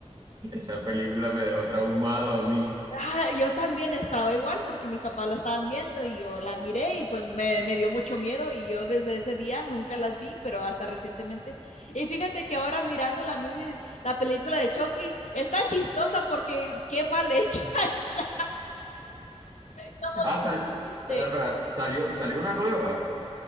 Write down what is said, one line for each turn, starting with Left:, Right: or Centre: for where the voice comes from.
Right: Esa película me dejó traumado a mí.
Left: Ah, yo también estaba igual porque mis papás la estaban viendo y yo la miré y pues me, me dio mucho miedo y yo desde ese día nunca las vi, pero hasta recientemente. Y fíjate que ahora mirando la movie, de- la película de Chucky, está chistosa porque qué mal hecha <laughs> está. Como
Right: Ah,
Left: que
Right: sal...
Left: este,
Right: espera, espera, salió, salió una nueva.